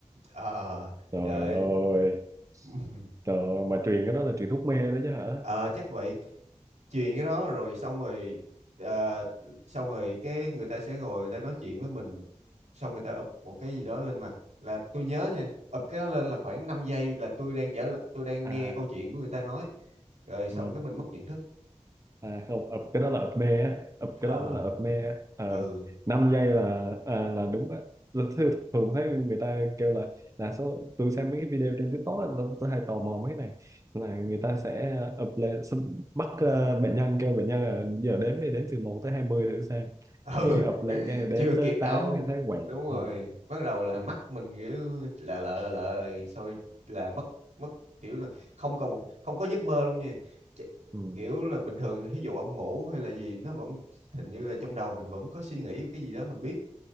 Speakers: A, on the right; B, on the right.
A: Ờ,
B: trời
A: trời
B: ơi
A: <laughs>
B: trời ơi, mà truyền cái đó là truyền thuốc mê đó chứ hả
A: Ờ, chắc vậy truyền cái đó rồi xong rồi ờ, xong rồi cái người ta sẽ ngồi người ta nói chuyện với mình xong người ta ụp một cái gì đó lên mặt là tôi nhớ nha ụp cái đó lên là khoảng 5 giây là tôi đang trả lời tôi đang
B: à
A: nghe câu chuyện của người ta nói rồi xong
B: ừ
A: cái mình mất nhận thức
B: À không, ập cái đó là ập mê á, ập cái
A: Ờ,
B: đó mới là ập mê á. Ờ,
A: ừ
B: 5 giây là à, là đúng á. Tôi thấy- thường thấy người ta kêu là là số tôi xem mấy cái video trên TikTok á, tôi, tôi hay tò mò mấy cái này là người ta sẽ ập lên xong bắt ờ, bệnh nhân kêu bệnh nhân là giờ đếm đi đếm từ một tới 20 thử xem.
A: ừ
B: Cái ập
A: <laughs>
B: lên cái đếm
A: chưa
B: tới
A: kịp đâu
B: tám cái thấy quẹt.
A: đúng rồi
B: Ừ.
A: bắt đầu là
B: Ừ.
A: mắt mình kiểu là lợ là lợ rồi là mất mất kiểu là không còn một không có giấc mơ luôn nha Ch-
B: Ừ.
A: kiểu là bình thường ví dụ ông ngủ hay là gì nó vẫn hình như là trong đầu mình vẫn có suy nghĩ cái gì đó mình biết